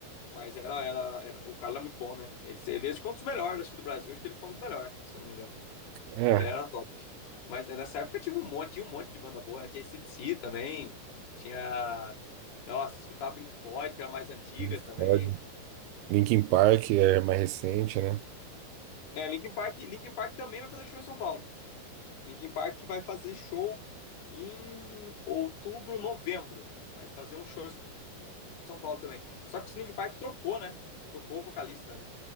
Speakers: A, on the left; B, on the right.
A: Mas era, era, era- o cara era muito bom, né? Ele, ele, acho que foi um dos melhores, acho que do Brasil, acho que ele foi um dos melhores, se eu não me engano.
B: É.
A: Ele era top. Mas né, nessa época eu tive um monte, tinha um monte de banda boa. né? Tinha C D C também. Tinha. Nossa, escutava Pink Floyd, que era mais antiga
B: Pink
A: também.
B: Floyd. Linkin Park é mais recente, né?
A: É, Linkin Park, Linkin Park também vai fazer show em São Paulo. Linkin Park vai fazer show em outubro, novembro. Vai fazer um show em São Paulo também. Só que o Linkin Park trocou, né? Trocou o vocalista, né?